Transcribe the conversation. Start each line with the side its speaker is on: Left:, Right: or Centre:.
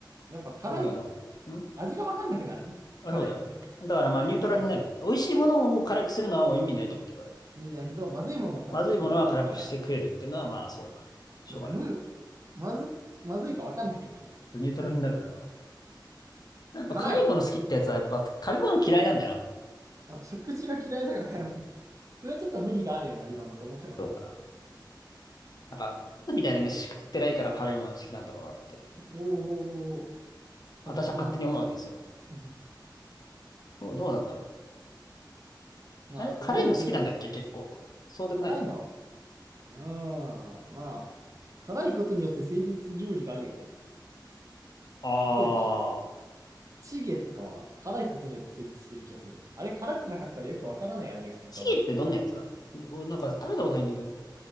Right: やっぱ辛い、
Left: ていうことがそう。ん
Right: 味がわかんなくなるね。
Left: あ、
Right: 辛いとね。
Left: そうだよ。だからまあニュートラルになる。
Right: だから、
Left: 美味しいものを辛くするのは意味ないと思ってるから。
Right: みんなやけど、まずいものを辛くするのはいい意味がある。
Left: まずいものは辛くして食えるっていうのはまあそう。しょうがない。
Right: だって、む、まず、まずいかわかんなくなるから。
Left: ニュートラルになるから。やっぱ辛いもの好きってやつはやっぱ食べ物嫌いなんだよな。
Right: 辛い。あ、食事が嫌いだから辛い。
Left: うん
Right: <laughs> それはちょっと無理があるような理論だと思うけど。
Left: そうかな。なんか、みたいな飯食ってないから辛いもの好きなんだろうなって。
Right: うん。おーおーおー、
Left: 私は勝手に思うわけですよ。
Right: 過激になった。うん
Left: どう、どうなんだろ
Right: まあ、
Left: う。あれ、辛いの好きなんだっけ結構。
Right: とりあえず、
Left: そうでもない。
Right: 辛いの。うん、まあ、辛いことによって成立する料理があるよね。
Left: ああ。
Right: 例えば、チゲとかは辛いことによって成立してる気がする。あれ、辛くなかったらよくわからない味がすると思うよ。
Left: チゲってどんなやつだ俺なんか食べたことないんだけど、